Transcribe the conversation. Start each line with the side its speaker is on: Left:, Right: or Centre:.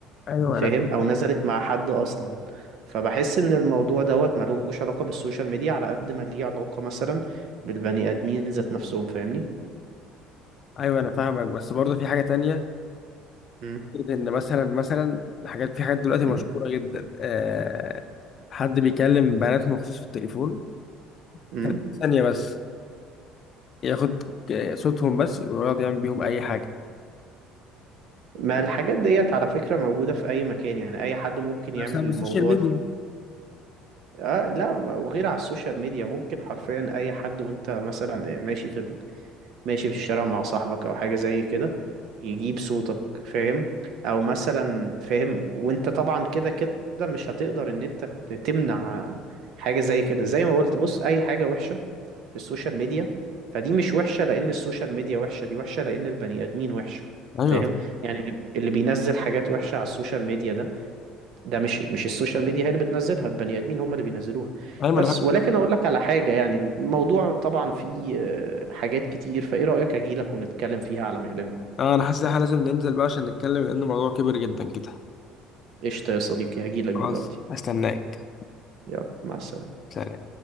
Left: أيوه
Right: فاهم
Left: أنا
Right: أو نزلت مع حد أصلا فبحس إن الموضوع دوت ملوش علاقة بالسوشيال ميديا على قد ما ليه علاقة مثلا بالبني آدمين ذات نفسهم فاهمني؟
Left: أيوه أنا فاهمك بس برضه في حاجة تانية
Right: مم.
Left: ان مثلا مثلا حاجات في حاجات دلوقتي
Right: مم.
Left: مشهوره جدا آه حد بيكلم بنات مخصوص في التليفون
Right: مم.
Left: 30 ثانيه بس ياخد آه، صوتهم بس ويقعد يعمل بيهم اي حاجه
Right: ما الحاجات ديت على فكرة موجودة في أي مكان يعني أي حد ممكن يعمل
Left: بسبب
Right: الموضوع
Left: السوشيال ميديا
Right: ده آه لا وغير على السوشيال ميديا ممكن حرفيا أي حد وأنت مثلا ماشي في ماشي في الشارع مع صاحبك او حاجة زي كده يجيب صوتك فاهم او مثلا فاهم وانت طبعا كده كده مش هتقدر ان انت ت- تمنع حاجة زي كده زي ما قلت بص اي حاجة وحشة في السوشيال ميديا فدي مش وحشة لان السوشيال ميديا وحشة دي وحشة لان البني ادمين وحشة
Left: ايوه
Right: فاهم يعني اللي اللي بينزل حاجات وحشة على السوشيال ميديا ده ده مش مش السوشيال ميديا هي اللي بتنزلها البني ادمين هم اللي بينزلوها
Left: ايوه ما
Right: بس
Left: انا فاهم
Right: ولكن اقول لك على حاجه يعني الموضوع طبعا فيه آه، حاجات كتير فايه رايك اجي لك ونتكلم فيها على مهلنا
Left: اه انا حاسس ان احنا لازم ننزل بقى عشان نتكلم لان الموضوع كبير جدا كده
Right: قشطه يا صديقي هجي لك
Left: خلاص
Right: دلوقتي
Left: استناك
Right: يلا مع السلامه
Left: سلام